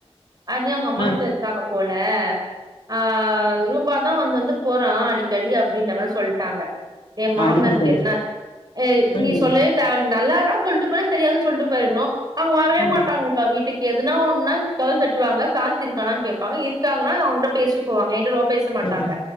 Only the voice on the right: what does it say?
அர்னி அவுங்க அம்மா
கிட்ட இருக்காங்க போல. ஆ ரூபா தா வந்து வந்து போறா அடிக்கடி அப்டின்ற மாரி சொல்ட் ட்டாங்க என மாமனாருக்கு
என்ன எ நீ
சொல்லு அவனுக்கு நல்லாதா சொல்ட்டு போனா தெரியாது சொல்ட்டு போய்ர்ணு அவுங்க வரவே
மாட்டாங்க்கா வீட்டுக் எதுனா ஒன்னுனா கதவ தட்டுவாங்க கார்த்தி இருக்கானான் கேபாபாங்க இருக்காங்கன்னா அவுங்கட்ட பேஸ் ச்சு போவாங்க இது ரொம்ப பேச மாட்டாங்க